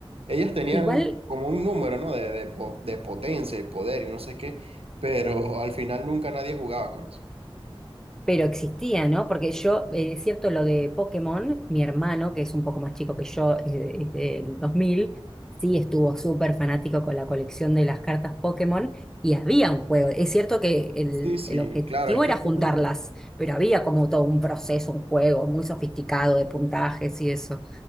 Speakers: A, on the right; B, in the centre.
A: Ellas tenían
B: Igual,
A: un- como un número, ¿no? De, de, po- de potencia y poder y no sé qué, pero al final nunca nadie jugaba con eso.
B: pero existía, ¿no? Porque yo, eh, es cierto lo de Pokémon, mi hermano, que es un poco más chico que yo, es, de- es del 2000, sí estuvo súper fanático con la colección de las cartas Pokémon y había un juego. Es cierto que el,
A: Sí, sí,
B: el objetivo
A: claro, es que
B: era
A: Pokémon...
B: juntarlas, pero había como todo un proceso, un juego muy sofisticado de puntajes y eso.